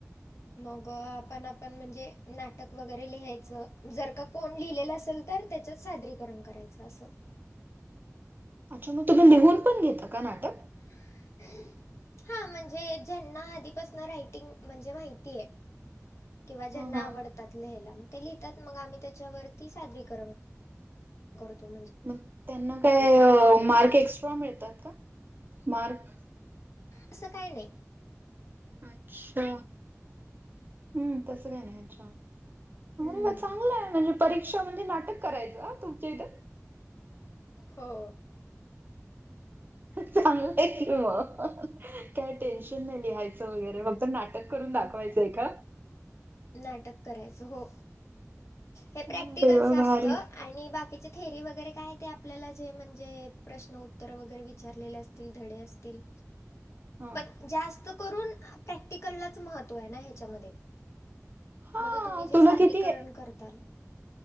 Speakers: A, on the left (about 60°); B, on the right (about 40°).
A: मग आपण, आपण म्हणजे नाटक. नाटक वगैरे लिहायचं, जर का कोण लिहिलेलं असेल तर, त्याच्यात सादरीकरण करायचं असं.
B: अच्छा, मग तुम्ही लिहून पण घेता का नाटक.
A: <inaudible> हा, म्हणजे ज्यांना आधीपासन रायटिंग म्हणजे माहिती आहे. किंवा ज्यांना
B: हा हा
A: आवडतात लिहायला, मग ते लिहितात मग आम्ही त्याच्यावरती सादरीकरण. करतो म्हणजे.
B: मग, त्यांना काय
A: पाठांरोध
B: मार्क
A: करू
B: एक्स्ट्रा मिळतात का मार्क.
A: असं काय नाही.
B: अच्छा, हम्म तस काय नाही अच्छा.
A: हम्म
B: अरे वा, चांगलंय म्हणजे परीक्षा म्हणजे नाटक करायचं हां, तुमच्या इथं.
A: हो.
B: चांगलंय कि मग, काय टेन्शन नाही लिहायचं वगैरे, फक्त नाटक. करून दाखवायचंय का.
A: नाटक करायचं हो, हे
B: अरे
A: प्रॅक्टिकलचं
B: वाह!
A: असतं.
B: भारी.
A: आणि बाकीचे थेरी वगैरे काय आहे. ते आपल्याला जे म्हणजे प्रश्न उत्तर वगैरे विचारलेले असते. धडे असतील.
B: हा
A: पण जास्त करून प्रॅक्टिकलाच महत्व आहे. ना ह्याच्या मध्ये
B: हां,
A: म्हणजे तुम्ही जे
B: तुला
A: सादरीकरण
B: किती
A: करताल.